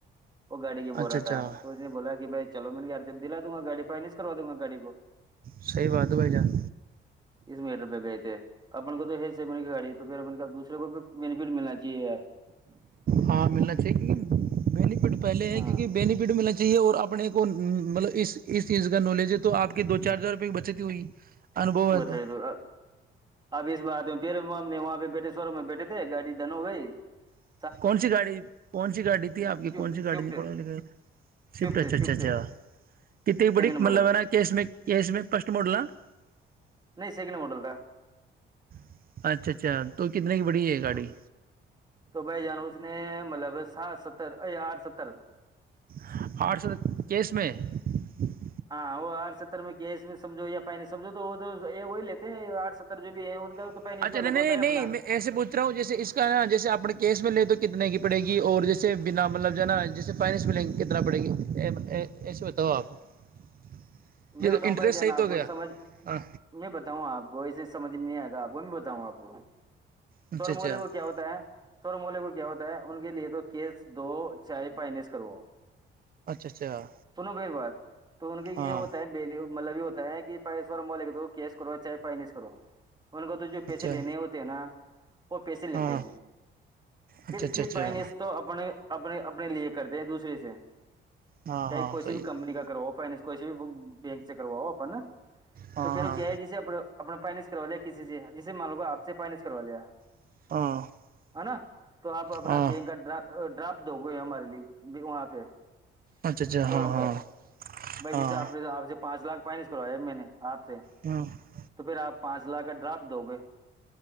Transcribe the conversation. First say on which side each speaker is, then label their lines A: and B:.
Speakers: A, on the right; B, on the right.
A: <unintelligible>
B: اچھا اچھا ہ
A: <unintelligible> <unintelligible>
B: صحیح بات ہے بھائی جان
A: <unintelligible> <unintelligible> <unintelligible> <unintelligible>
B: ہاں ملنا چاہیے کیونکہ <unintelligible>
A: ہاں <unintelligible>
B: تو
A: <unintelligible>
B: <unintelligible>
A: shift shift shift shift second model <unintelligible>
B: <unintelligible>
A: <unintelligible>
B: ہے گاڑی
A: <unintelligible>
B: <unintelligible>
A: <unintelligible>
B: <unintelligible>
A: الگ ہوتا ہے اپنا
B: <unintelligible>
A: <unintelligible>
B: تو انٹرسٹ صحیح تو ہو گیا ہاں
A: <unintelligible> <unintelligible>
B: اچھا اچھا
A: <unintelligible> <unintelligible>
B: اچھا اچھا ہاں
A: <unintelligible>
B: اچھا ہاں
A: <unintelligible>
B: اچھا اچھا اچھا
A: <unintelligible>
B: ہاں ہاں صحیح ہے
A: <unintelligible>
B: ہاں ہاں
A: <unintelligible>
B: <unintelligible>
A: <unintelligible>
B: ہاں
A: <unintelligible> <unintelligible>
B: اچھا اچھا ہاں ہاں
A: <unintelligible>
B: ہاں
A: پانچ لاکھ فائننس کرویا میں نے آپ سے
B: ہاں
A: تو پھر آپ پانچ لاکھ کا ڈرافٹ دو گے